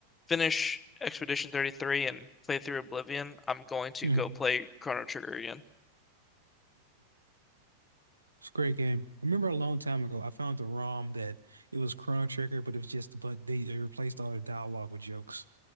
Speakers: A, on the left (about 15°); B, on the right (about 75°).
A: finish Expedition 33 and play through Oblivion, I'm going to
B: Mm,
A: go play Chrono Trigger again.
B: It's a great game. I remember a long time ago, I found the ROM that it was Chrono Trigger, but it was just, but they, they replaced all the dialogue with jokes.